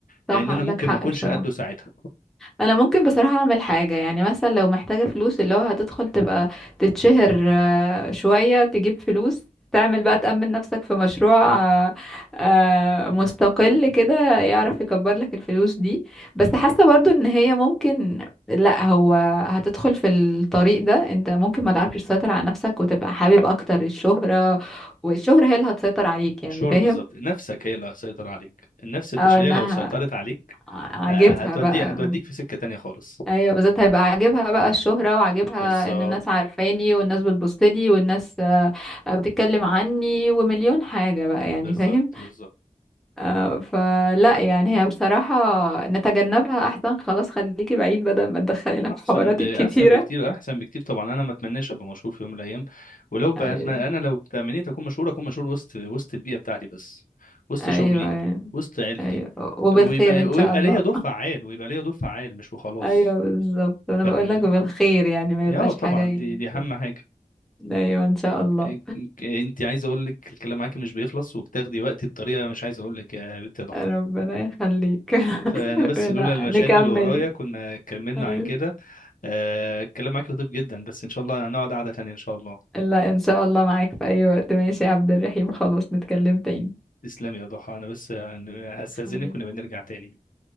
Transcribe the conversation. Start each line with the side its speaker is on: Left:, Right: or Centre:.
Centre: صح
Left: لان
Centre: عندك
Left: انا ممكن
Centre: حق
Left: ما اكونش
Centre: بصراحة
Left: قده ساعتها
Centre: انا ممكن بصراحة اعمل حاجة يعني مثلا لو محتاجة فلوس اللي هو هتدخل تبقى تتشهر آه، شوية تجيب فلوس تعمل بقى تأمن نفسك في مشروع آه، آه، مستقل كده يعرف يكبر لك الفلوس دي بس حاسة برضو ان هي ممكن لا هو هتدخل في الطريق ده انت ممكن ما تعرفش تسيطر على نفسك وتبقى حابب اكتر الشهرة والشهرة هي اللي هتسيطر عليك يعني
Left: الشهرة
Centre: فاهم
Left: بالظبط نفسك هي اللي هتسيطر عليك النفس البشريه
Centre: او انها
Left: لو سيطرت عليك
Centre: عاجبها
Left: آه، هتودي
Centre: بقى
Left: هتوديك في سكه تانية خالص
Centre: ايوه بالذات هيبقى عاجبها بقى الشهرة وعاجبها
Left: بالظبط
Centre: ان الناس عارفاني والناس بتبصلي والناس آه، آه، بتتكلم عني ومليون حاجة بقى يعني
Left: بالظبط
Centre: فاهم
Left: بالظبط
Centre: آه، فلا يعني هي بصراحة نتجنبها احسن خلاص خليكي بعيد بدل ما تدخلينا
Left: احسن
Centre: في حوارات
Left: ب... احسن
Centre: الكتيرة
Left: بكتير احسن بكتير طبعا انا ما اتمناش ابقى مشهور في يوم من الايام ولو بقيتنا
Centre: ايوه
Left: انا لو تمنيت اكون مشهور اكون مشهور وسط وسط البيئه بتاعتي بس وسط
Centre: ايوه
Left: شغلي
Centre: يعني
Left: وسط عيلتي
Centre: ايوه وبالخير
Left: ويبقى
Centre: ان
Left: ويبقى
Centre: شاء الله
Left: ليا دور فعال ويبقى ليا دور فعال مش وخلاص
Centre: ايوه بالظبط انا
Left: فاهم
Centre: بقول لك وبالخير يعني ما
Left: يا
Centre: يبقاش
Left: طبعا
Centre: حاجة يعني-
Left: دي دي اهم حاجه
Centre: ايوه ان شاء الله
Left: إك- انت عايز اقول لك الكلام معاكي مش بيخلص وبتاخدي وقتي بطريقه مش عايز اقول لك يا بنت يا ضحى
Centre: ربنا يخليك
Left: فانا
Centre: <laughs>
Left: بس
Centre: لا
Left: لولا المشاغل
Centre: نكمل
Left: اللي ورايا كنا كملنا عن
Centre: أيوة.
Left: كده آه، الكلام معاك لطيف جدا بس ان شاء الله هنقعد قعده تانيه ان شاء الله
Centre: لا ان شاء الله معاك في اي وقت ماشي يا عبد الرحيم خلاص نتكلم تاني
Left: تسلم يا ضحى انا بس يعني هستأذنك
Centre: خليك
Left: ونبقى نرجع تاني